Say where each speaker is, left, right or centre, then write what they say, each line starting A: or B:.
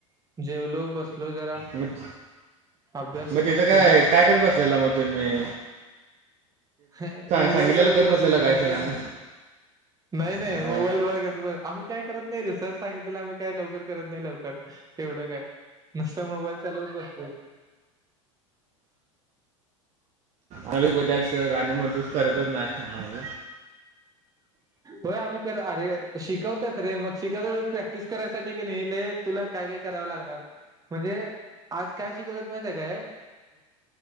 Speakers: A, on the right (about 20°); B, on the right (about 45°).
A: जेवलो बसलो जरा
B: मग
A: अभ्यास
B: मग
A: उभ्यास
B: तिथं काय
A: केलो
B: काय काच बसायला मग तुम म्ही.
A: ह मोबाईल
B: सांगितलेलं
A: बघत
B: करत बसलेला
A: बसलेलो आणि
B: सरांना
A: काय? नाही नाही
B: हाय.
A: मोबाईल व कस आम्ही काय करत नाही, रिसर्च सांगितले आम्ही काय लवकर. करत नाही लवकर एवढं काय, नुसत मोबाईल चालवत बसतोय.
B: अ कोतच राणी म्हण तोच करतच नाही.
A: होय आम्ही कर अरे शिकवतात रे मग शिकवत प्रॅक्टिस करायसाठी की नाहीले. तुला काय काय करावं लागणार. म्हणजे आज काय शिकवत माहिित आहे काय?